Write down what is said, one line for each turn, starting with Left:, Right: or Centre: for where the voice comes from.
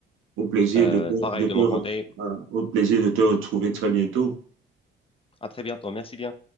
Right: Au plaisir
Left: Euh,
Right: de te-
Left: pareil
Right: de te
Left: de mon
Right: re-
Left: côté.
Right: euh, au plaisir de te retrouver très bientôt.
Left: À très bientôt. Merci bien.